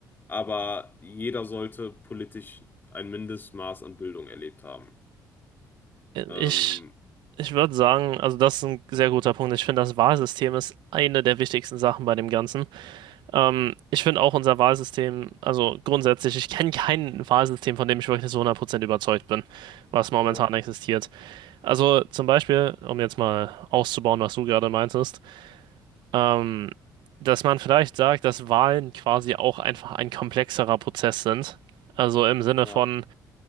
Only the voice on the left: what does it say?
aber jeder sollte politisch ein Mindestmaß an Bildung erlebt haben. Ähm,
Ja,
ja,